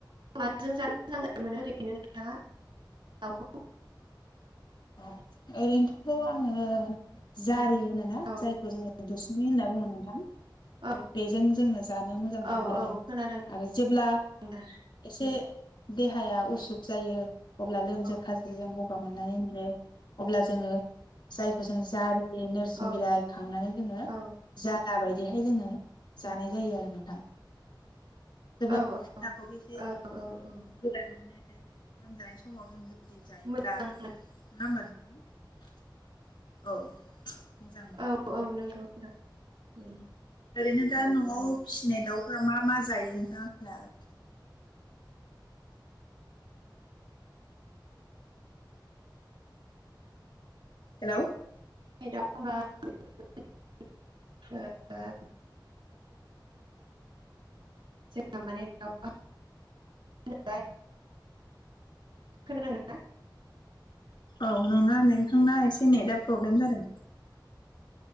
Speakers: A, on the right; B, on the left.
A: मोजां मोनो ओरैनो नोंथाङा दाउखौ
B: औ ओरैनोथ' आङो जारि
A: उम
B: होनोना
A: औ
B: जायखौ जोङो दुसु मै होनना बुङो नोंथां
A: औ
B: बेजों जोङो जानो मोजां मोनो
A: औ
B: आरो
A: औ खोनादों
B: आरो जेब्ला
A: दा
B: एसे देहाया उसुख जायो अब्ला लोमज्रो
A: औ
B: खाज्रोजों ग <unintelligible> मनानै होन अब्ला जोङो जायखौ जों जारि नोरसिं
A: औ
B: बिलाइ खांनानै जोङो
A: औ
B: जाला बायदिहाय लोङो जानाय जायो आरो नोंथां जो <unintelligible> बो
A: औ
B: देखौबो एसे
A: औ औ औ
B: लोमजानाय समाव जों जु बिदि जायोब्ला
A: मोजां
B: नङा
A: मोनो।
B: होमबा नोंथां औ मोजां मोनो
A: औ औ नंगौ नोंथां उम
B: ओरैनो दा
A: औ
B: न'आव
A: औ
B: फिसिनाय दाउ मा मा जायो नोंथाङा बुंनो हागोन हेलौ
A: दंबा <unintelligible> जोंहा माने दा खोनादों ना
B: औ नोंना नोंथांना एसे नेदा प्रब्लेम जादों